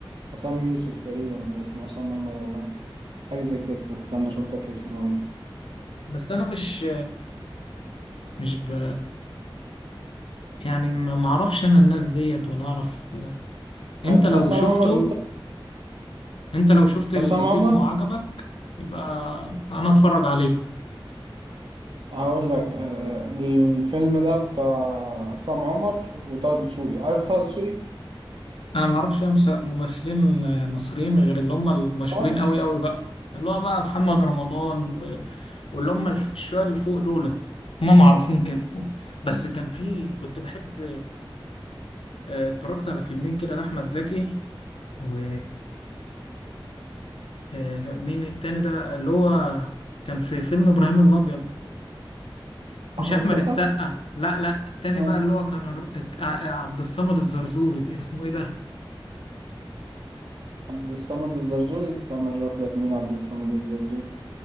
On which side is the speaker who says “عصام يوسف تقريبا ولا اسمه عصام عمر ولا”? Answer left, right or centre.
Right